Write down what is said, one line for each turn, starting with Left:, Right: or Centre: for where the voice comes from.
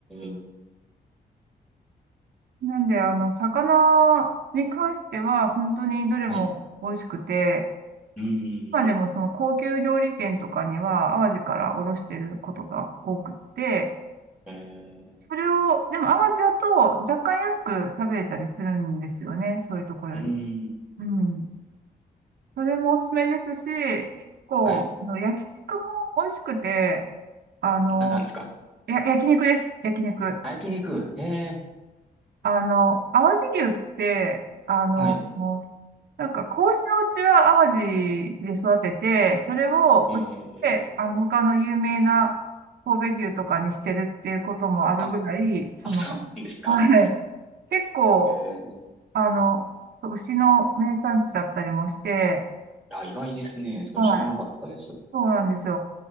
Centre: え、
Right: い。なんで、あの、魚に関しては、本当にどれも美味しくて、
Centre: はい。うーん、
Right: 今でもその高級料理店とかには、淡路から卸してることが多くって、
Centre: ええ
Right: それを、でも淡路だと若干安く食べれたりするんですよね。そういうところより。
Centre: うーん。
Right: うん。それもおすすめですし、結構、
Centre: はい。
Right: あの焼肉も美味しくて、あの、
Centre: な、なんですか
Right: や、焼肉です。焼肉。はい。
Centre: あ、焼肉。ええ、
Right: あの、淡路牛って、あの、
Centre: はい。
Right: もうなんか、子牛のうちは淡路で育てて、それを売って、
Centre: ええ、
Right: あの、他の有名な神戸牛とかにしてるっていうこともあるぐらい、
Centre: あ、
Right: その、
Centre: あ、そうなんですか。
Right: はい。結構、
Centre: ええ、
Right: あの、そう、牛の名産地だったりもして、
Centre: いや、意外ですね。それ知らなかったです。
Right: はい、そうなんですよ。